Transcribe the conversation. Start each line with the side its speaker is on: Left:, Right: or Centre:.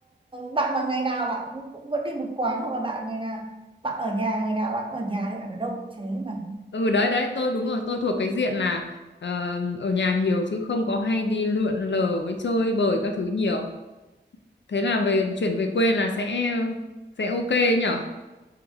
Right: bạn mà ngày nào bạn cũng, cũng vẫn đi một quán hoặc là bạn ngày nào bạn ở nhà ngày nào bạn cũng ở nhà thì bạn ở đâu thế mà
Left: ừ đấy đấy tôi đúng rồi tôi thuộc cái diện là ờ, ở nhà nhiều chứ không có hay đi lượn lờ với chơi bời các thứ nhiều thế là về chuyển về quê là sẽ sẽ ok ấy nhở